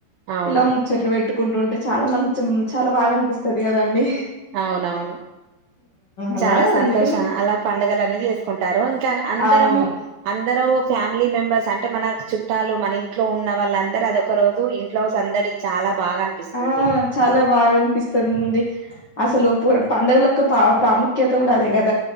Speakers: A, on the right; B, on the left.
A: అవును.
B: ఇలా ముచ్చట్లు పెట్టుకుంటు ఉంటే చాలా మంచి మ్ చాలా బాగా అనిపిస్తది గదండి.
A: అవునవును
B: అలా
A: చాలా సంతోషం
B: అందుకని
A: అలా పండుగల అన్నీ చేసుకుంటారూ ఇంకా అందరమూ
B: అవును
A: అం అందరూ ఫ్యామిలీ మెంబర్స్ అంటే మన చుట్టాలు మన ఇంట్లో ఉన్న వాళ్ళందర అదోక రోజు ఇంట్లో సందడి. ఇ చాలా బాగా అనిపిస్తుంది
B: ఆ చాలా బాగ అనిపిస్తదండి. అసలు పు పండగల ఒక్కా పా ప్రాముఖ్యత గూడా అదే గద్.